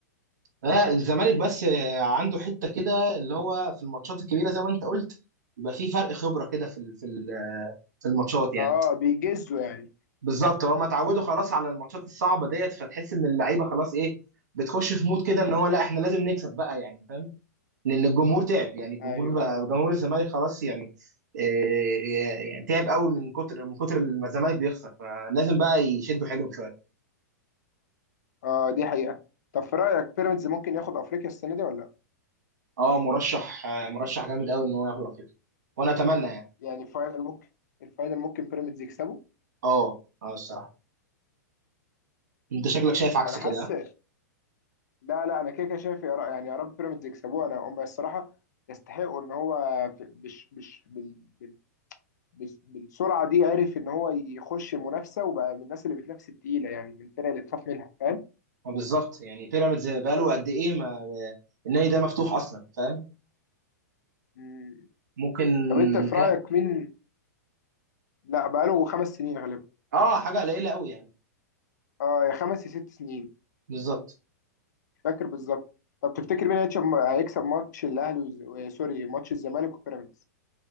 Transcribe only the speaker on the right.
آه الزمالك بس آه عنده حته كده اللي هو في الماتشات الكبيره زي ما انت قلت يبقى في فرق خبره كده في ال- في ال- في الماتشات يعني
بالظبط هما اتعودوا خلاص على الماتشات الصعبه ديت فتحس ان اللعيبه خلاص ايه بتخش في مود كده ان هو لا احنا لازم نكسب بقى يعني فاهم لان الجمهور تعب يعني الجمهور
بقى
جمهور الزمالك خلاص يعني إيه يعني تعب قوي من كتر من كتر ما الزمالك بيخسر فلازم بقى يشدوا حيلهم شويه
اه مرشح آه، مرشح جامد قوي ان هو ياخد افريقيا وانا اتمنى يعني
اه اه الصراحه انت شكلك شايف عكس
كده
ها؟
ما بالظبط يعني بيراميدز بقاله قد ايه ما النادي ده مفتوح اصلا فاهم
ممكن
كام
اه حاجه قليله قوي يعني
بالظبط